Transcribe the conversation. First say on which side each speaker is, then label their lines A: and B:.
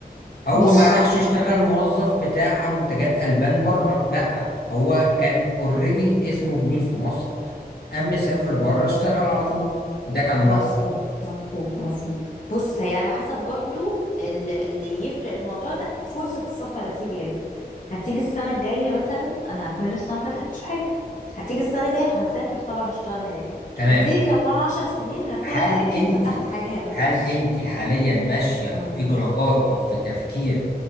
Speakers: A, on the left; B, on the left.
A: هو
B: بص
A: ما راحش اشتغل موظف بتاع منتجات البان بره لا هو كان اوريدي اسمه كبير في مصر اما سافر بره اشتغل على طول ده كان رايي
B: مفهوم مفهوم مفهوم بص هي على حسب برضو ال- اللي يفرق الموضوع ده فرصة السفر هتيجي امتى هتيجي السنة الجاية مثلا انا هكون لسه ما فتحتش حاجة هتيجي السنة الجاية هسافر طبعا اشتغل هناك
A: تمام
B: هتيجي كمان عشر سنين هكون
A: هل
B: انا اكيد
A: انت
B: فتحت حاجة هنا في
A: هل
B: مصر
A: انت حاليا ماشيه في
B: مم.
A: اجراءات او في تفكير